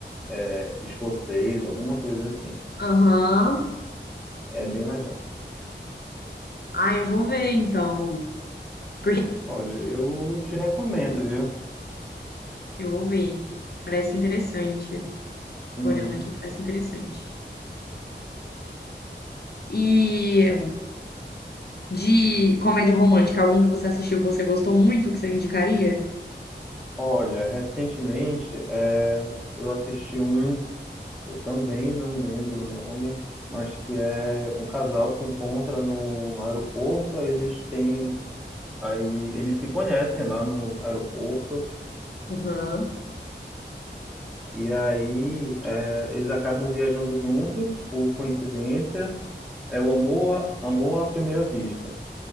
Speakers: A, in the centre; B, on the left.
A: é escocês alguma coisa assim
B: Aham.
A: é bem legal
B: Ah, eu vou ver então. Porque
A: olha eu te recomendo viu
B: eu vou ver. Parece interessante. Fico
A: Uhum.
B: olhando aqui, parece interessante. E De comédia romântica, algum que você assistiu que você gostou muito, que você indicaria?
A: olha recentemente é, eu assisti um eu também não lembro o nome mas que é um casal se encontra no aeroporto aí eles têm Aí eles se conhecem lá no aeroporto
B: Uhum.
A: e aí é, eles acabam viajando juntos por coincidência. É o amor, à- amor à primeira vista.